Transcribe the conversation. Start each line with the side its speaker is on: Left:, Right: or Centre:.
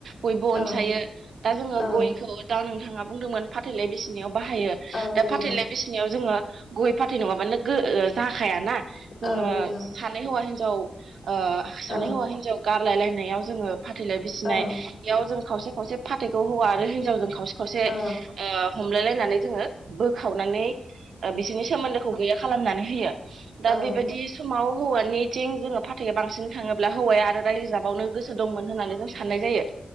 Right: बयबो अनसायो
Left: औ
Right: दा जोङो
Left: औ
Right: गयखौ दा नों थाङा बुंदोंमोन फाथैलाय बिस नियाव बाहायो
Left: औ
Right: दा
Left: नंगौ
Right: फाथैलाय बिसिनायाव जोङो गय फाथै नङाबानो गो जाखायाना जोङो
Left: औ नंगौ
Right: सानै हौवा हिन जाव ओ सानै
Left: औ
Right: हौवा हिन्जाव गाब फुनलायलायनायाव जोङो फाथैलाय बिसिनाय
Left: औ
Right: एयाव जों खावसे खावसे फाथैखौ हौआ आरो हि नजावजों खावसे खावसे ओ
Left: औ
Right: हमलाय लायनानै जोङो बोखावनानै ओ बिसोरनि सोमोन्दोखौ गैया खालामनानै हियो दा
Left: औ
Right: बेबायदि सममाव हौवानिथिं जोङो फाथैआ बांसिन थाङोब्ला हौवाया आरो रायजो जाबावनो गोसो दंमोन होननानै जों साननाय जायो